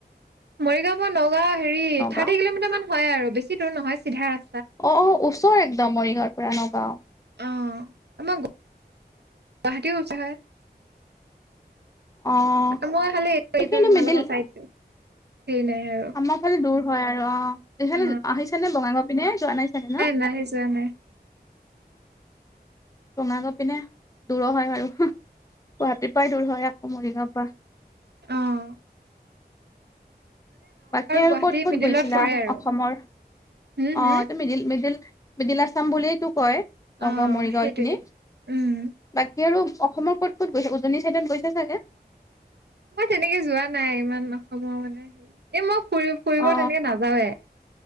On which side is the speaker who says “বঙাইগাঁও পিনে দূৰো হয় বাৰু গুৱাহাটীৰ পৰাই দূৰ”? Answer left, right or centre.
Left